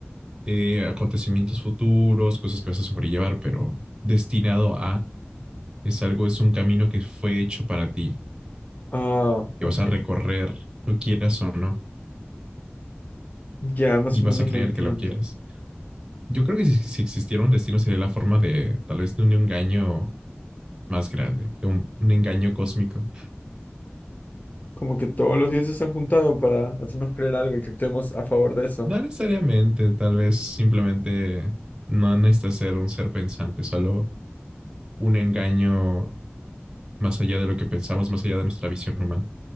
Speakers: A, on the right; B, on the left.
A: eh, acontecimientos futuros, cosas que vas a sobrellevar, pero destinado a es algo, es un camino que fue hecho para ti,
B: Ah, ok.
A: que vas a recorrer, lo quieras o no,
B: Ya más
A: y
B: o
A: vas
B: menos
A: a creer
B: lo entiendo.
A: que lo quieres. Yo creo que si, si existiera un destino sería la forma de tal vez de un engaño más grande, de un, un engaño cósmico.
B: Como que todos los dioses se han juntado para hacernos creer algo y que actuemos a favor de eso.
A: No necesariamente, tal vez simplemente no necesita ser un ser pensante, solo un engaño más allá de lo que pensamos, más allá de nuestra visión humana.